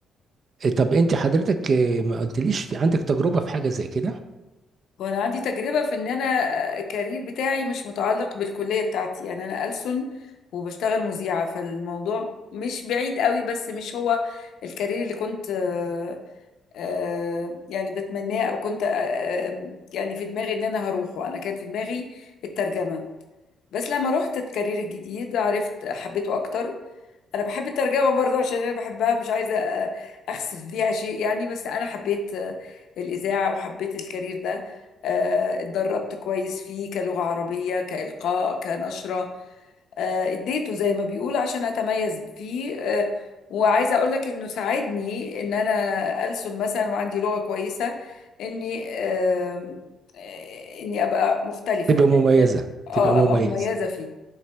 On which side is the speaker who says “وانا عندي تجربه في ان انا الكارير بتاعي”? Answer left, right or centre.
Left